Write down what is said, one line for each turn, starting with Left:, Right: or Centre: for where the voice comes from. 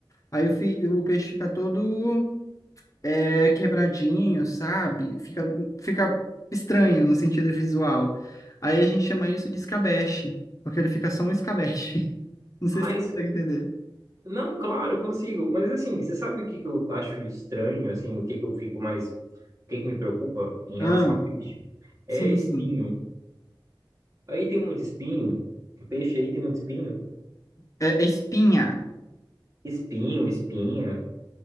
Left: Aí o, fi- o peixe fica todo é quebradinho, sabe? Fica, fica estranho no sentido visual. Aí a gente chama isso de escabeche, porque ele fica só um escabeche. <laughs> Não
Right: Mas,
Left: sei se você consegue entender.
Right: não, claro, consigo. Mas assim, você sabe o que que eu acho estranho, assim, o que que eu fico mais, o que que me preocupa em
Left: Ah,
Right: relação ao peixe? É
Left: sim,
Right: espinho.
Left: sim.
Right: Aí tem muito espinho. Peixe aí tem muito espinho.
Left: É, é espinha.
Right: Espinho, espinha.